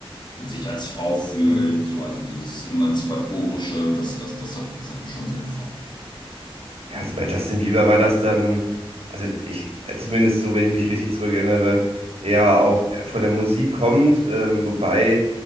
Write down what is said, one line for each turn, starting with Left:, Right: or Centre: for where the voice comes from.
Left: sich als Frau fühlen,
Right: hm.
Left: so also dieses Emanzipatorische, das, das, das hat, das hat mir schon sehr gefallen.
Right: Ja, also bei Justin Bieber war das dann, also ich, äh, zumindest so, wenn ich mich richtig zurückerinnere, eher auch äh, von der Musik kommend, ähm, wobei,